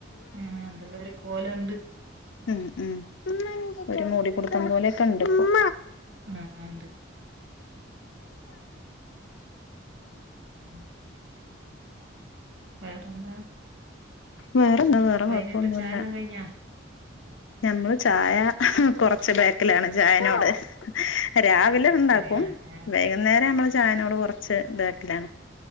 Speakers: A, on the right; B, on the left.
A: ആഹ് എന്തല്ല ഒരു കോലണ്ട്.
B: ഉം ഉ ഒരു മൂടിപുട്ട്ത്തം പോലെക്കണ്ട് ഇപ്പം
A: ആഹ് ണ്ട്. ഉം. വേറെന്താ
B: വേറെന്താ വേറെ
A: വൈകുന്നേരത്തെ
B: കൊഴപ്പൊന്നുല്ലാ
A: ചായ എല്ലാം കഴിഞ്ഞാ
B: ഞമ്മള് ചായ കുറച്ച് ബാക്കിലാണ് ചായേനോട് രാവിലെ ഉണ്ടാക്കും
A: ശരി ആ ചായ
B: വൈകുന്നേരം നമ്മള് ചായേനോട് കുറച്ച് ബാക്കിലാണ്